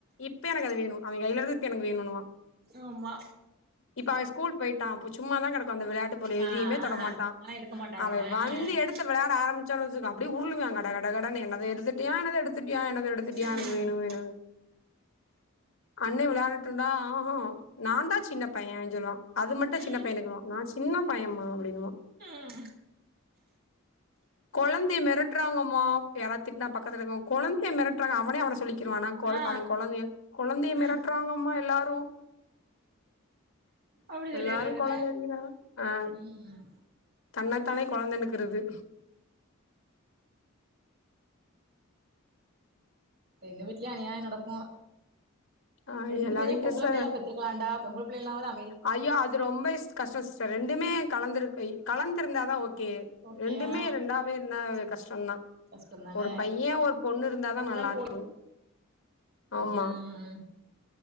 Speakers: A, on the left; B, on the right.
A: இப்ப எனக்கு அது வேணும் அவன் கைல இருக்கறதுக்கு எனக்கு வேணுன்னுவா
B: ஆமா
A: இப்ப அவன் ஸ்கூல் போயிட்டான் சும்மாதா கடக்கும் அந்த விளையாட்டு பொருள்
B: ஆ
A: எதையுமே
B: ஆ
A: தொட மாட்டான்
B: ஆனா எடுக்க மாட்டாங்க
A: அவன்
B: ஆ
A: வந்து
B: ஆ
A: எடுத் து விளையாட ஆரம்பிச்சான் வச்சிக்கோ அப்டே உருளுவான் கட கட கடனு என்னத எடுத்துட்டயா என்னத எடுத்துட்டயா என்னத எடு த்துட்டியா
B: ம்
A: எனக்கு வேணு வேணு அண்ணே விளையாடுட்டுண்டா ஆஹ நான்தான் சின்ன பையன் சொல்லுவான் அது மட்டும் சின்ன
B: ம்
A: பையனுக்கு வா நா சின்ன பையம்மா அப்டின்னுவா
B: ம்
A: கொழந்தய மெரட்டறாங்கம்மா யாராவது திட்னா பக்கத்துல இருக்கவங்க கொழந்தய மெரட்டறாங்க அவனே அவன சொல்லிக்கிருவா நாங் கொழ
B: ஆ
A: அவன் கொழந்தய கொழந்தய
B: ஆ
A: மெரட்டறாங்கம்மா எல்லாரும்
B: அப்டி
A: எல்லாரு
B: சொல்லிறது
A: கொழந்தைய
B: என்ன
A: அடிக்கிறாங்க ஆ
B: ம்
A: தன்னத்தானே கொழந்தனுக்கிறது
B: எங்க வீட்லயும் அனியாயம் நடக்கும்
A: ஆ
B: ரெண்டு
A: எல்லா
B: பேரையும்
A: வீட்லயு
B: பொம்பள
A: ச
B: பிள்ளைகளா பெத்துருக்கலான்டா பொம்பள பிள்ளைகளானாவது
A: ஐயோ அது ரொம்ப கஷ்டம் சிஸ்டர் ரெண்டுமே கலந்துருக்கு‌ கலந்திருந்தாதான் ஓகே
B: ஓகே
A: ரெண்டுமே
B: ஆ
A: ரெண்டாவே இருந்தா அது கஷ்டம்தான்
B: கஷ்டந்தானே
A: ஒரு பையன் ஒரு பொண்ணு இருந்தாதா
B: இத்தனால
A: நல்லா இருக்கும்
B: போ
A: ஆமா
B: ம்